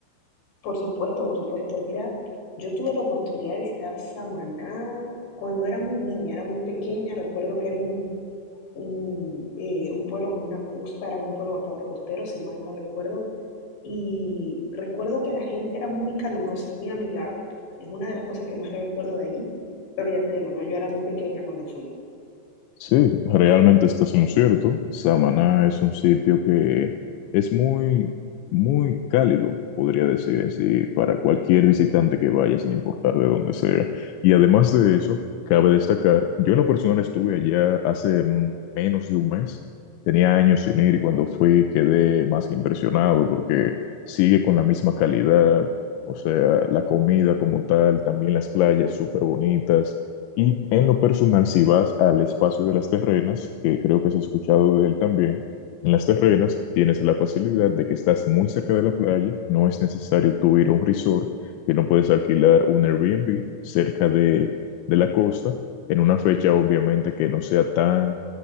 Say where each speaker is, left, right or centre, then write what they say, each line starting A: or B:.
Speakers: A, on the left (about 70°); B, on the left (about 80°).
A: Por supuesto, por supuesto. Mira, yo tuve la oportunidad de visitar Samaná cuando era muy niña, era muy pequeña. Recuerdo que era un, un, eh, un pueblo con una costa, era un pueblo bastante costero, si mal no recuerdo, y recuerdo que la gente era muy calurosa, muy amigable. Es una de las cosas que más recuerdo de allí, pero ya te digo, no, yo era muy pequeña cuando fui.
B: Sí, realmente estás en lo cierto. Samaná es un sitio que es muy, muy cálido, podría decir en sí, para cualquier visitante que vaya, sin importar de dónde sea. Y además de eso, cabe destacar, yo en lo personal estuve allá hace mm, menos de un mes. Tenía años sin ir y cuando fui quedé más que impresionado porque sigue con la misma calidad. O sea, la comida como tal, también las playas súper bonitas. Y en lo personal, si vas al espacio de las terrenas, que creo que has escuchado de él también, en las terrenas tienes la facilidad de que estás muy cerca de la playa, no es necesario tú ir a un resort, que no puedes alquilar un Airbnb cerca de, de la costa, en una fecha obviamente que no sea tan